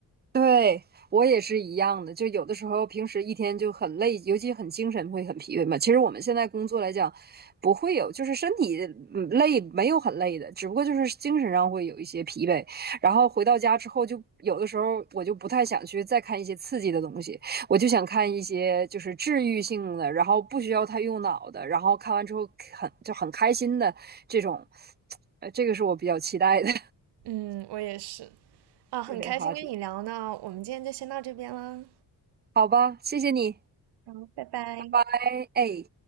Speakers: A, on the right; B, on the right.
A: 对，我也是一样的，就有的时候平时一天就很累，尤其很精神会很疲惫嘛。其实我们现在工作来讲，不会有，就是身体嗯累没有很累的，只不过就是精神上会有一些疲惫。然后回到家之后就，有的时候我就不太想去再看一些刺激的东西，我就想看一些就是治愈性的，然后不需要太用脑的，然后看完之后很就很开心的这种，呃，这个是我比较期待的
B: 嗯，我也是。
A: <laughs>
B: 啊，很开心跟你聊呢，
A: 这类话题。
B: 我们今天就先到这边了，
A: 好吧，谢谢你。
B: 好，拜拜。
A: 拜拜，哎。